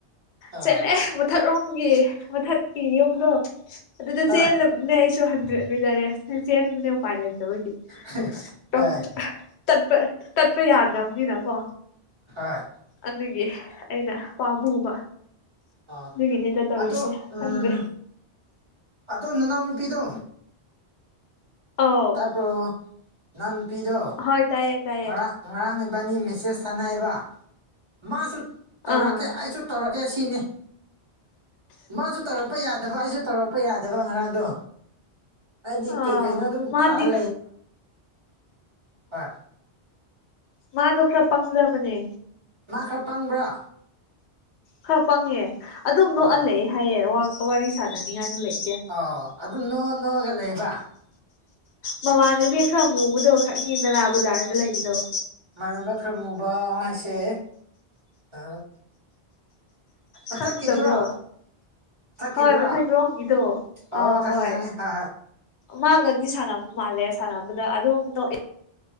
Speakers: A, on the right; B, on the left.
A: ꯑ
B: ꯆꯠꯂꯦ ꯃꯊꯛ ꯔꯣꯝꯒꯤ ꯃꯊꯛꯀꯤ ꯌꯨꯝꯗꯣ ꯑꯗꯨꯗ
A: ꯍꯣꯏ
B: ꯆꯦꯜꯂꯦ ꯅꯦ ꯑꯩꯁꯨ ꯍꯟꯗ꯭ꯔꯦꯠ ꯃꯤꯇꯔꯦꯖ ꯆꯦꯟꯕꯅꯦ ꯎꯄꯥꯏ ꯂꯩꯇꯕꯒꯤ
A: ꯍꯣꯏ
B: ꯇꯧ ꯇꯠꯄ ꯇꯠꯄ ꯌꯥꯗꯝꯅꯤꯅ ꯀꯣ
A: ꯍꯣꯏ
B: ꯑꯗꯨꯒꯤ ꯑꯩꯅ ꯄꯥꯝꯃꯨꯕ
A: ꯑ
B: ꯑꯗꯨꯒꯤꯅꯤꯗ ꯇꯧꯔꯤꯁꯦ
A: ꯑꯗꯣ ꯎꯝ
B: ꯈꯪꯗꯦ
A: ꯑꯗꯣ ꯅꯅꯥꯎꯅꯨꯄꯤꯗꯣ
B: ꯑꯧ
A: ꯇꯥꯄ꯭ꯔꯣ ꯅꯅꯥꯟꯄꯤꯗꯣ
B: ꯍꯣꯏ ꯇꯥꯏꯌꯦ ꯇꯥꯏꯌꯦ
A: ꯉꯔꯥꯡ ꯉꯔꯥꯡ ꯏꯕꯥꯅꯤ ꯃꯦꯁꯦꯁ ꯊꯅꯏꯕ ꯃꯥꯁꯨ ꯇꯧꯔꯛꯀꯦ
B: ꯑꯥ
A: ꯑꯩꯁꯨ ꯇꯧꯔꯛꯀꯦ ꯁꯤꯅꯤ ꯃꯥꯁꯨ ꯇꯧꯔꯛꯄ ꯌꯥꯗꯕ ꯑꯩꯁꯨ ꯇꯧꯔꯛꯄ ꯌꯥꯗꯦ ꯐꯗꯕ ꯉꯔꯥꯡꯗꯣ ꯍꯥꯏꯗꯤ
B: ꯑꯥ
A: ꯀꯩ ꯀꯩꯅꯣ ꯑꯗꯨꯝ
B: ꯃꯥꯗꯤ
A: ꯊꯥꯔ ꯍ
B: ꯃꯥ ꯗꯣ ꯈꯔ ꯄꯪꯖꯕꯅꯦ
A: ꯉ ꯈꯔ ꯄꯪꯕ꯭ꯔꯥ
B: ꯈꯔ ꯄꯪꯉꯦ ꯑꯗꯨꯝ
A: ꯑꯣ
B: ꯅꯣꯛꯍꯜꯂꯦ ꯍꯥꯏꯌꯦ ꯋꯥꯔꯤ ꯁꯥꯟꯅꯅꯤ ꯍꯥꯏꯅ ꯂꯩ
A: ꯑꯣ ꯑꯗꯨꯝ ꯅꯣ ꯅꯣꯑꯒ ꯂꯩꯕ
B: ꯃꯃꯥꯟꯅꯕꯤ ꯈꯔ ꯑꯃꯨꯕꯗꯧ ꯈꯔ ꯌꯦꯟꯗꯅꯥ ꯕꯖꯥꯔꯗ ꯂꯩꯕꯗꯣ
A: ꯃꯥꯟꯅꯕ ꯈꯔ ꯃꯨꯕ ꯍꯥꯏꯁꯦ ꯑ ꯑꯠꯇ
B: ꯈꯪꯗꯕ꯭ꯔꯣ
A: ꯀꯗꯨꯔꯥ ꯊꯀꯤꯗꯨꯔꯥ
B: ꯍꯣꯏ ꯃꯊꯛꯔꯣꯝꯒꯤꯗꯣ
A: ꯑꯣ
B: ꯑꯥ
A: ꯈꯉꯤ
B: ꯍꯣꯏ
A: ꯈꯪꯉꯤ ꯑ
B: ꯃꯥꯒꯗꯤ ꯁꯥꯟꯅꯕ ꯃꯥꯜꯂꯦ ꯁꯥꯟꯅꯕꯗ ꯑꯗꯨꯝꯗ